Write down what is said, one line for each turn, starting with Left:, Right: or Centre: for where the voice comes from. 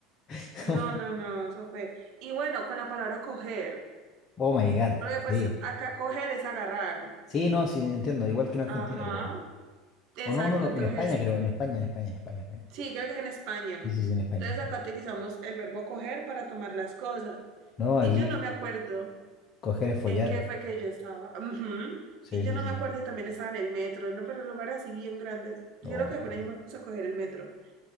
Left: <laughs>
Right: no, no, no, eso fue. Y bueno, con la palabra coger.
Left: Oh my God.
Right: Porque pues
Left: Sí.
Right: acá coger es agarrar.
Left: Sí, no, sí, entiendo. Igual que en Argentina,
Right: Ajá.
Left: creo.
Right: Exacto.
Left: O no, no, no,
Right: Entonces,
Left: en España, creo. En España, en España, en España, en España.
Right: sí, creo que es en España.
Left: Sí, sí, sí, en España,
Right: Entonces
Left: en España.
Right: acá utilizamos el verbo coger para tomar las cosas.
Left: No, aquí
Right: Y yo no me acuerdo.
Left: coger es follar.
Right: ¿En qué fue que yo estaba? Ujú.
Left: Sí,
Right: Y yo
Left: sí,
Right: no
Left: sí.
Right: me acuerdo y también estaba en el metro, ¿no? Pero lugares así bien grandes. Yo
Left: Oh
Right: lo
Left: my
Right: que apenas
Left: God.
Right: íbamos
Left: <laughs>
Right: a coger el metro.